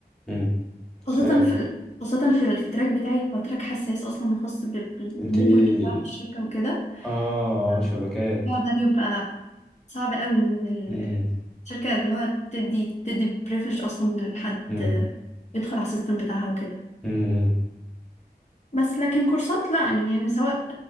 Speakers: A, in the centre; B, on the left.
A: مم.
B: خاصة
A: فاهم
B: في ال- خاصة في ال- في التراك بتاعي هو تراك حساس أصلا خاص بالنتورك
A: أنت إيه؟
B: بتاع الشركة وكده
A: آه
B: آه،
A: شبكات
B: فده بيبقى صعب قوي ان ال-
A: مم.
B: الشركة اللي هو بتدي بتدي بريفليج اصلا لحد
A: مم.
B: يدخل على السيستم بتاعها وكده
A: مم.
B: بس لكن كورسات لا يعني انا سواء